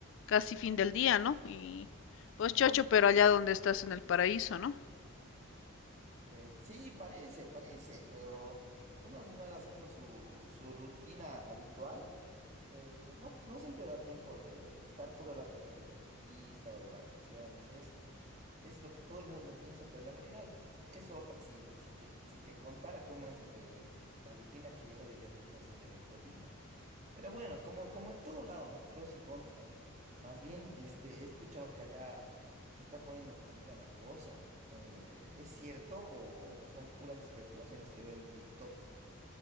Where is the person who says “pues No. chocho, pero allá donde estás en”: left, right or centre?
Left